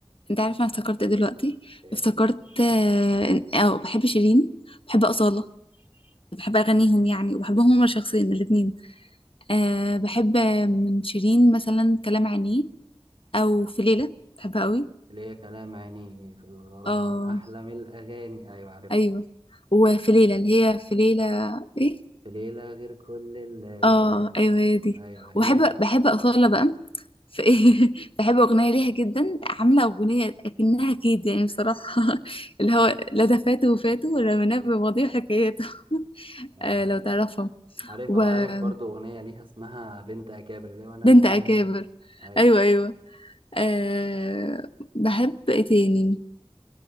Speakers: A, on the left (about 75°); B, on the right (about 70°).
A: انت عارف انا افتكرت ايه دلوقتي
B: ايه
A: افتكرت اه إن- آه، بحب شيرين بحب أصالة بحب اغانيهم يعني وبحبهم هما شخصيا الاتنين أه بحب من شيرين مثلا كلام عينيه او في ليلة بحبها قوي
B: ليه كلام عيني في الغرام
A: اه
B: احلى من الاغاني ايوه عارف
A: ايوه وفي ليلة اللي هي في ليلة ايه
B: في ليله غير كل الليالي
A: اه ايوه هي دي
B: ايوه عيون
A: وبحب بحب أصالة بقى في ايه <laughs> بحب أغنية ليها جدا عاملة أغنية أكنها كيد يعني بصراحة <laughs> اللي هو لا ده فاته وفاته ولا مناه بماضيه وحكاياته <laughs>
B: اه
A: آه لو تعرفها
B: عارفها
A: وبنت
B: وعارف برضو اغنيه ليها اسمها بنت اكابر اللي هو انا مين
A: أكابر
B: عيل ايوه
A: أيوه أيوه آه بحب ايه تاني